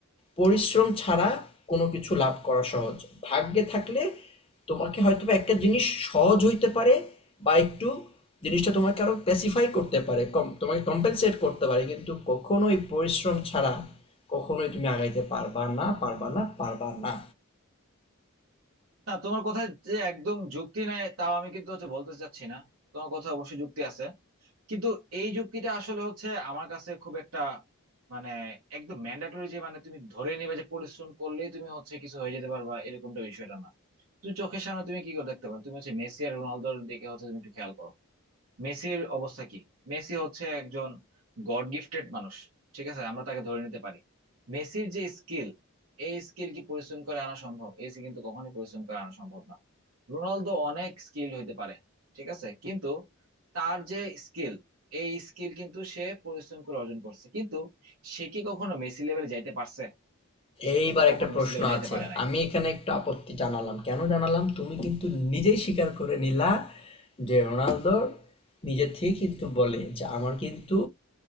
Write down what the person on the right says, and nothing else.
তা তোমার কথা যে একদম যুক্তি নাই তাও আমি কিন্তু হচ্ছে বলতে চাচ্ছি না তোমার কথা অবশ্যই যুক্তি আছে কিন্তু এই যুক্তিটা আসলে হচ্ছে আমার কাছে খুব একটা মানে একদম ম্যান্ডেটরি যে মানে তুমি ধরে নিবে যে পরিশ্রম করলে তুমি হচ্ছে কিছু হয়ে যেতে পারবা এরকমটা বিষয়টা না তুমি চোখের সামনে তুমি কি করে দেখতে পারো তুমি হচ্ছে মেসি আর রোনালদোর দিকে হচ্ছে তুমি একটু খেয়াল করো মেসির অবস্থা কি মেসি হচ্ছে একজন গড গিফটেড মানুষ ঠিক আছে আমরা তাকে ধরে নিতে পারি মেসির যে স্কিল এই স্কিল কি পরিশ্রম করে আনা সম্ভব এসি কিন্তু কখনোই পরিশ্রম করে আনা সম্ভব না রোনালদো অনেক স্কিল হইতে পারে ঠিক আছে কিন্তু তার যে স্কিল এই স্কিল কিন্তু সে পরিশ্রম করে অর্জন করছে কিন্তু সে কি কখনো মেসি লেভেলে যাইতে পারছে সে
কিন্তু কখনো
মেসি লেভেলে যাইতে
পারে নাই